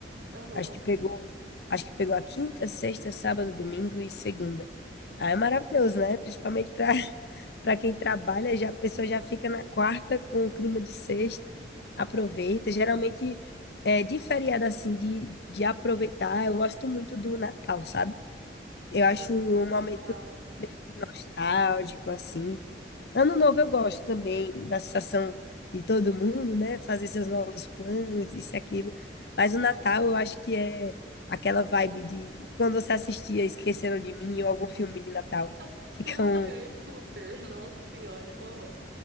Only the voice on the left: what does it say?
acho que pegou, acho que pegou a quinta, sexta, sábado, domingo e segunda. Aí é maravilhoso, né? Principalmente para <laughs> para quem trabalha, já a pessoa já fica na quarta com o clima de sexta, aproveita. Geralmente, é, de feriado, assim, de, de aproveitar, eu gosto muito do Natal, sabe? Eu acho
um momento
nostálgico, assim. Ano novo eu gosto também da sensação de todo mundo, né? Fazer seus novos planos, isso e aquilo. Mas o Natal eu acho que é aquela vibe de quando você assistia Esqueceram de Mim ou algum filme de Natal. <laughs>
Fica um.